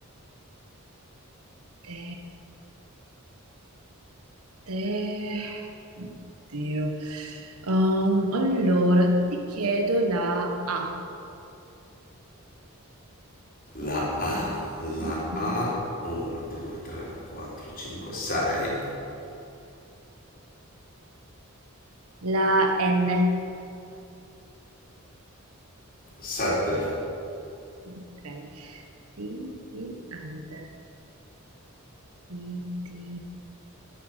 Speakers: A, on the right (about 85°); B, on the left (about 40°).
A: te, te. Oddio. Um, allora, ti chiedo la A.
B: La A, la
A: Mhm.
B: A, 1, 2, 3, 4, 5, 6,
A: La N.
B: 7.
A: Ok. Ti, ti, ante. Ti, ti,